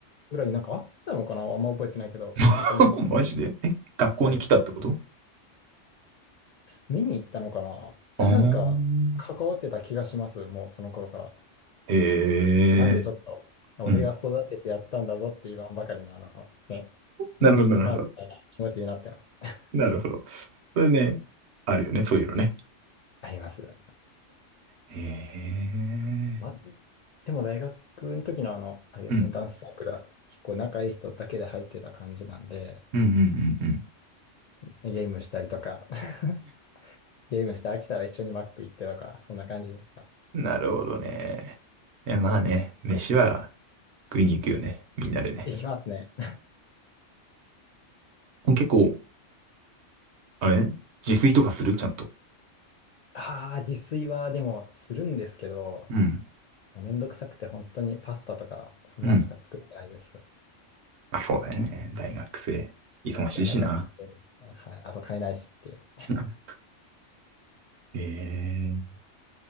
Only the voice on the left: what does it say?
ぐらいになんかあったのかな、あんま覚えてないけど、
本当に、
はい。見に行ったのかな、
えなんか、関わってた気がします、もうその頃から。
なんでちょっと、
俺が育ててやったんだぞって言わんばかりの、
あの、ね、
インディーズファンみたいな気持ちになってます。
<laughs>
あります。
まあ、でも大学の時のあの、
あれですね、
ダンスサークルは結構仲いい人だけで入ってた感じなんで、
ゲームしたりとか、<laughs> ゲームして飽きたら一緒にマック行ってとか、そんな感じでした。
いきますね。
ああ、自炊はでもするんですけど、
もうめんどくさくて本当にパスタとか、そんなんしか作ってないです。
しますよね、
学生。はい。あと金ないしっていう。